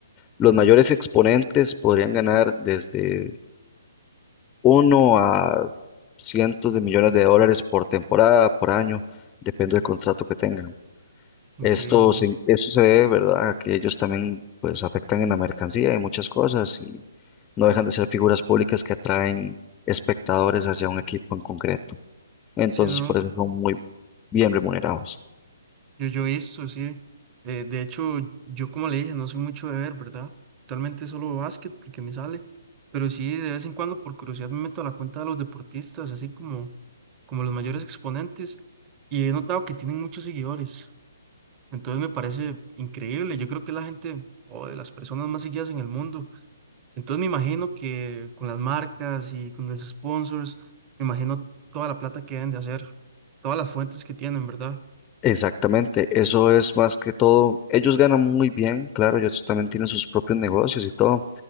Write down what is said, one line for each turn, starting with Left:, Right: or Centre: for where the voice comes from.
Left: Los mayores exponentes podrían ganar desde uno a cientos de millones de dólares por temporada, por año, depende del contrato que tengan.
Right: increíble.
Left: Esto se, esto se debe, ¿verdad?, a que ellos también pues afectan en la mercancía y muchas cosas y no dejan de ser figuras públicas que atraen espectadores hacia un equipo en concreto. Entonces,
Right: Sí, no.
Left: por eso son muy bien remunerados.
Right: Yo, yo he visto, sí. Eh, de hecho, yo como le dije, no soy mucho de ver, ¿verdad? Actualmente solo básquet porque me sale, pero sí, de vez en cuando por curiosidad me meto a la cuenta de los deportistas, así como, como los mayores exponentes, y he notado que tienen muchos seguidores. Entonces me parece increíble. Yo creo que es la gente o de las personas más seguidas en el mundo. Entonces me imagino que con las marcas y con los sponsors, me imagino toda la plata que deben de hacer, todas las fuentes que tienen, ¿verdad?
Left: Exactamente, eso es más que todo. Ellos ganan muy bien, claro, ellos también tienen sus propios negocios y todo,